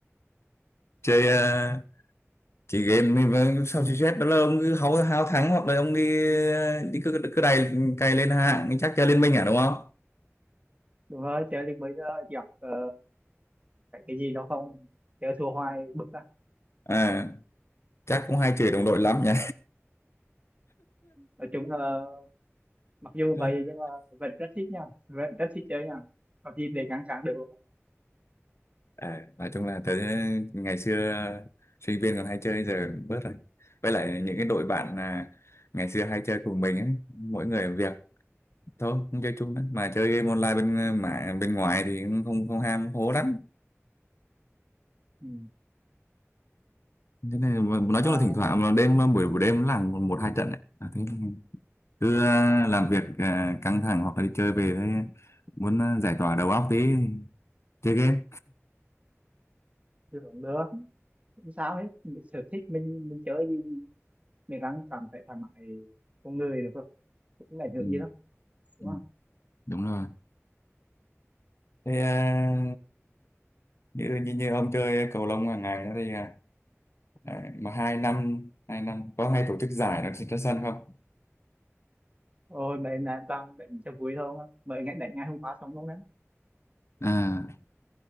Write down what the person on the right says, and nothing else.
Đúng rồi, chơi được mấy giờ gặp ờ, phải cái gì đó không? Chơi thua hoài bực á.
Nói chung là mặc dù
vậy nhưng mà vẫn rất thích nha vẫn rất thích chơi nha có gì để ngăn cản được luôn á.
ừ.
mà
hưởng nữa không sao hết Mình sở thích mình mình chơi gì mình đang cảm thấy thoải mái con người được rồi cũng không ảnh hưởng
gì đâu đúng
không
ôi mà em là em đang đánh cho vui thôi mà mới ngày đánh ngày hôm qua xong luôn đấy